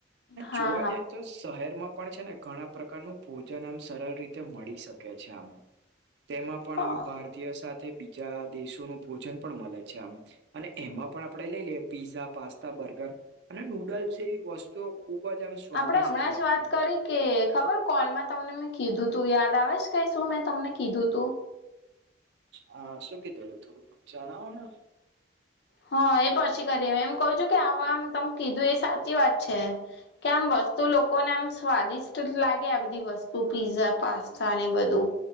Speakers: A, on the left; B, on the right.
A: હા
B: જોવા જાય તો શહેરમાં પણ છે ને ઘણા પ્રકારનું ભોજન આમ સરળ રીતે મળી શકે છે આમ. તેમાં
A: હા
B: પણ આમ ભારતીય સાથે બીજા દેશોનું ભોજન પણ મળે છે આમ. અને એમાં પણ આપડે લઈ લઈએ પીઝા પાસ્તા બર્ગર અને નૂડલ્ જેવી વસ્તુઓ ખુબ જ સ્વાદિષ્ટ
A: આપડે હમણાં
B: લાગતી
A: વાત
B: હોય
A: કરી
B: છે
A: કે કે ખબર કોલમાં તમને મેં કીધું તું યાદ આવે છે ક શું મેં તમને કીધું તું
B: હા શું કીધુંલું થોડું જણાવો ને.
A: હા એ પછી કરી એમ કઉ છું કે આ આમ તમ કીધું એ સાચી વાત છે. કે આમ વસ્તુ લોકોને આમ સ્વાદિષ્ટ લાગે આ બધી વસ્તુ પીઝા પાસ્તા ને બધું